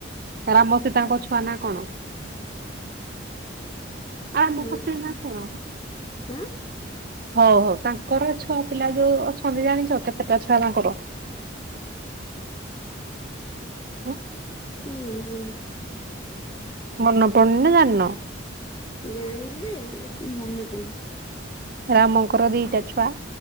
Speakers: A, on the right; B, on the left.
A: ରାମ ସୀତାଙ୍କ ଛୁଆ ନା କଣ? ଆ ରାମ
B: ଆଁ
A: ଙ୍କ ସ୍ତ୍ରୀ ନାଁ କଣ?
B: ଆଁ
A: ହଉ ହଉ ତାଙ୍କର ଛୁଆ ପିଲା ଯୋଉ ଅଛନ୍ତି ଜାଣିଛ କେତେଟା ଛୁଆ ତାଙ୍କର? <inaudible>
B: ଉଁ ମାନେ ହଉନି।
A: ମନ ପଡୁନି ନାଁ ଜାଣିନ।
B: ଜାଣିଛି ଯେ ଏ ମନେ ପଡୁନି।
A: ରାମଙ୍କର ଦିଟା ଛୁଆ।